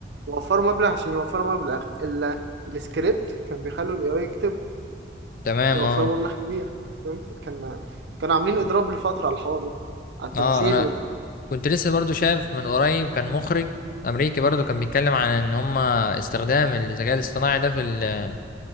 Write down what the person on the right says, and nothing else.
وفروا مبلغ عشان يوفروا مبلغ ال... السكريبت كان بيخلوا الاي اي يكتب
كان وفروا
مبلغ كبير فهمت كان كانوا عاملين اضراب لفترة على الحوار ده على التمثيل
وال...